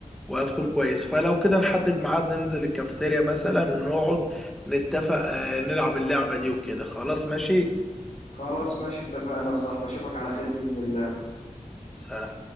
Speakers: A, in the centre; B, on the left.
A: وهتكون كويس فلو كده نحدد ميعاد ننزل الكافيتيريا مثلا ونقعد نتفق آه، نلعب اللعبة دي وكده خلاص ماشي
B: خلاص ماشي اتفقنا يا صاحبي اشوفك على خير بإذن الله
A: سلام